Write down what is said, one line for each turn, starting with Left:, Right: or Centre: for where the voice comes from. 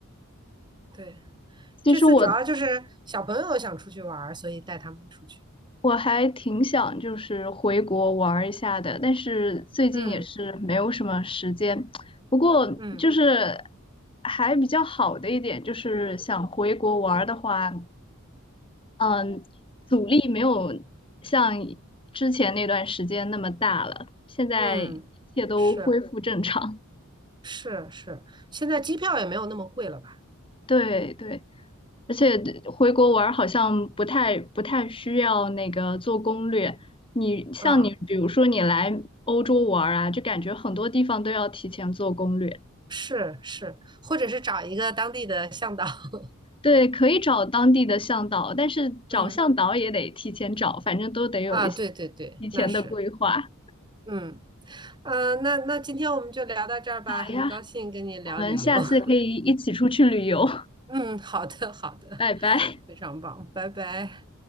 Right: 对，
Left: 其实我
Right: 这次主要就是小朋友想出去玩儿，所以带他们出去。
Left: 我还挺想就是回国玩儿一下的，但是最近也是没有什么时间。
Right: 嗯
Left: 不过就是
Right: 嗯
Left: 还比较好的一点就是想回国玩儿的话，嗯，阻力没有像之前那段时间那么大了，现在一切都恢复正常。
Right: 嗯，是是是，现在机票也没有那么贵了吧？
Left: 对对，而且回国玩儿好像不太不太需要那个做攻略。你像你，
Right: 嗯，
Left: 比如说你来欧洲玩儿啊，就感觉很多地方都要提前做攻略。
Right: 是是，或者是找一个当地的向导。<laughs>
Left: 对，可以找当地的向导，但是找向导也得提前找，
Right: 嗯
Left: 反正都得有一些
Right: 啊，对对对，
Left: 提前的规划。
Right: 那是。嗯呃，那那今天我们就聊到这儿吧，
Left: 好呀，
Right: 很高兴跟你聊旅游。
Left: 我们下次可以一起出去旅游，
Right: <laughs> 嗯，好的，好的，
Left: <laughs> 拜拜。
Right: 非常棒，拜拜。